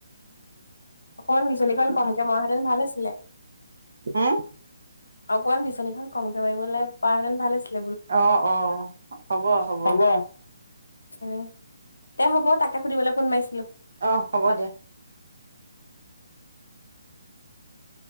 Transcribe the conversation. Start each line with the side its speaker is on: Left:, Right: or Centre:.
Left: অকণমান বিচনীখন কম কে মৰাহেঁতেন ভাল আছ লে
Right: হম?
Left: অকমান বিচনীখন কমকে মাৰিবলৈ পাল হেঁতেন ভাল আছিল।
Right: অ অ হ'ব হ'ব
Left: <inaudible> উম, অ' হ'ব, তাকে সুধিবলৈ ফোন মাৰিছিলো।
Right: অ', হ'ব দে।